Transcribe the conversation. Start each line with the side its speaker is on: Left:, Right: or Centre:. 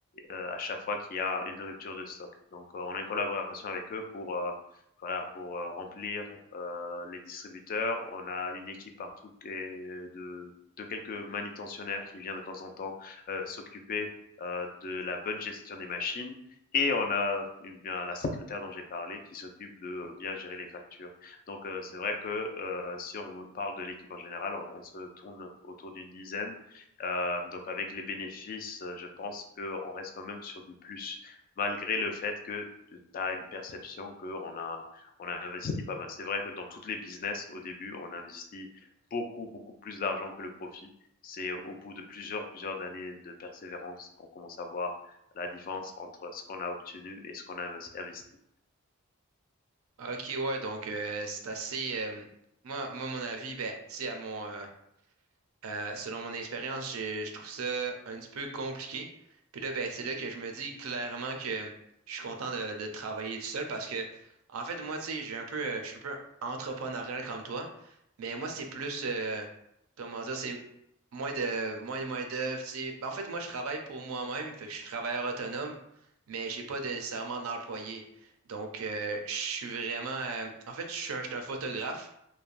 Left: euh, à chaque fois qu'il y a une rupture de stock. Donc, euh, on a une collaboration avec eux pour, euh, voilà, pour euh, remplir euh, les distributeurs. On a une équipe partout qui est de, de quelques manutentionnaires qui viennent de temps en temps euh, s'occuper euh, de la bonne gestion des machines et on a eh bien la secrétaire dont j'ai parlé qui s'occupe de euh, bien gérer les factures. Donc heu, c'est vrai que, heu, si on me parle de l'équipe en général, on on se tourne autour d'une dizaine. Heu, donc avec les bénéfices, heu, je pense qu'on reste quand même sur du plus, malgré le fait que tu as une perception qu'on a on a investi pas mal. C'est vrai que dans toutes les business, au début, on investit beaucoup, beaucoup plus d'argent que le profit. C'est au bout de plusieurs, plusieurs années de persévérance qu'on commence à voir la différence entre ce qu'on a obtenu et ce qu'on a investi.
Right: Ok, ouais, donc euh, c'est assez. euh, moi, moi, mon avis, ben, c'est à mon. Euh, selon mon expérience, je, je trouve ça un petit peu compliqué. Puis là, ben, c'est là que je me dis clairement que je suis content de, de travailler tout seul parce que, en fait, moi, tu sais, j'ai un peu, euh, je suis un peu entrepreneurial comme toi, mais moi, c'est plus, euh, comment dire, c'est moins de, moins de moins d'œuvre, tu sais. Ben, en fait, moi, je travaille pour moi-même, fait que je suis travailleur autonome, mais j'ai pas de- nécessairement d'employé. Donc, euh, je suis vraiment, euh, en fait, je suis un, je suis un photographe.